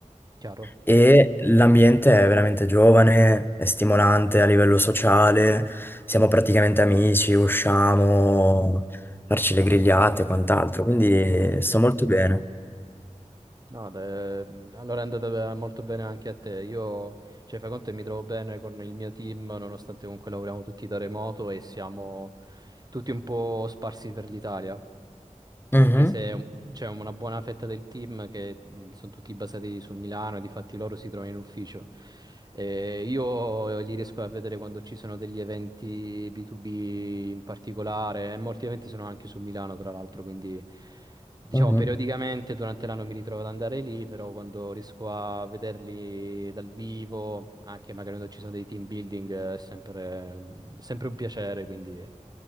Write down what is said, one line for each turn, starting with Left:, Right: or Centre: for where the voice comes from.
Right: Chiaro.
Left: e l'ambiente è veramente giovane, è stimolante a livello sociale, siamo praticamente amici, usciamo,
Right: Bello.
Left: farci le grigliate e quant'altro, quindi
Right: Wow.
Left: sto molto bene.
Right: No, de- allora è andata eh, molto bene anche a te. Io, cioè, fai conto che mi trovo bene con il mio team, nonostante comunque lavoriamo tutti da remoto e siamo tutti un po' sparsi per l'Italia.
Left: Mhm.
Right: anche se un- c'è una buona fetta del team che mh, sono tutti basati su Milano, e difatti loro si trovano in ufficio. Eh, io li riesco a vedere quando ci sono degli eventi B2B in particolare, e molti eventi sono anche su Milano, tra l'altro, quindi diciamo
Left: Mhm.
Right: periodicamente durante l'anno mi ritrovo ad andare lì, però quando riesco a vederli dal vivo, anche magari quando ci sono dei team building, eh, è sempre, sempre un piacere, quindi...